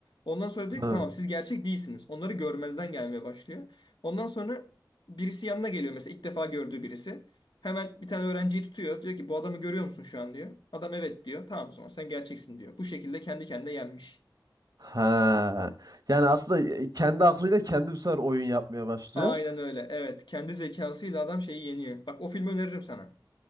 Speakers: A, on the left (about 70°); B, on the right (about 55°).
A: Ondan sonra diyor
B: Hı.
A: ki tamam siz gerçek değilsiniz. Onları görmezden gelmeye başlıyor. Ondan sonra birisi yanına geliyor mesela ilk defa gördüğü birisi. Hemen bir tane öğrenciyi tutuyor. Diyor ki bu adamı görüyor musun şu an diyor. Adam evet diyor. Tamam o zaman sen gerçeksin diyor. Bu şekilde kendi kendine yenmiş.
B: Ha. Yani aslında e, kendi aklıyla kendi bu sefer oyun yapmaya başlıyor.
A: Aynen öyle. Evet. Kendi zekasıyla adam şeyi yeniyor. Bak o filmi öneririm sana.